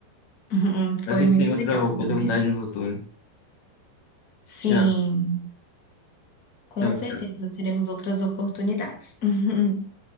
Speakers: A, on the left; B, on the left.
A: <laughs>
B: Espero
A: Foi
B: que
A: muito
B: a gente tenha outra
A: legal, Gabriel.
B: oportunidade no futuro.
A: Sim,
B: Tchau,
A: com
B: tchau,
A: certeza
B: tchau.
A: teremos outras oportunidades. <laughs>